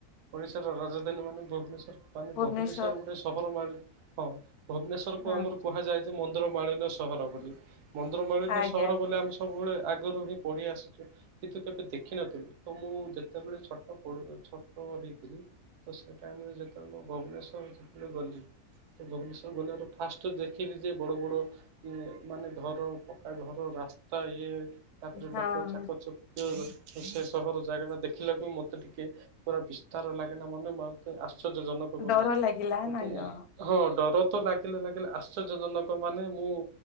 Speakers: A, on the right; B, on the left.
A: ଓଡିଶାର ରାଜଧାନୀ ମାନେ ଭୁବନେଶ୍ୱର୍। ମାନେ
B: ଭୁବନେଶ୍ଵର
A: ଭୁବନେଶ୍ୱର ଗୋଟେ ସହର ମାଳି ହଁ ଭୁବନେଶ୍ୱରକୁ
B: ହଁ
A: ଆମର କୁହାଯାଏ ଯେ ମନ୍ଦିର ମାଳି ସହର ବୋଲି ମନ୍ଦୀରମାଳିନ
B: ଆଜ୍ଞା
A: ସହର
B: ଆଜ୍ଞା
A: ବୋଲି ଆମେ ସବୁବେଳେ ଆଗରୁ ବି ପଢି ଆସିଚୁ। କିନ୍ତୁ କେବେ ଦେଖିନଥିଲୁ ତ ମୁଁ ଯେତେବେଳେ ଛୋଟ ପଡୁ ଛୋଟ ହେଇଥିଲି ତ ସେ ଟାଇମ୍ ରେ ଯେତେବେଳେ ମୁଁ ଭବନେଶ୍ୱର ଯେତେବେଳେ ଗଲି। ଭୁବନେଶ୍ଵର୍ ଗଲାର ଫାଷ୍ଟ୍ ଦେଖିଲି ଯେ ବଡ ବଡ ଇଏ ମାନେ ଘର ପକ୍କା ଘର ରାସ୍ତା ଇଏ
B: ଆଚ୍ଛା
A: ତାପରେ ଲୋକ
B: ହଁ
A: ଚାକଚ
B: ହଁ
A: ସେ ସହର ଜାଗା ଟା ଦେଖିଲାକୁ ମତେ ଟିକେ ପୁରା ବିସ୍ତାର ଲାଗିଲା ମନେ ମା ମେତେ ଆଶ୍ଚର୍ଯ୍ୟଜନକ କଲା,
B: ଡର ଲାଗିଲା
A: ମତେ
B: ନା କଣ?
A: ହଁ ଡର ତ ଲାଗିଲା ଲାଗିଲା ଆଶ୍ଚର୍ଯ୍ୟଜନ ଲୋକମାନେ ମୁଁ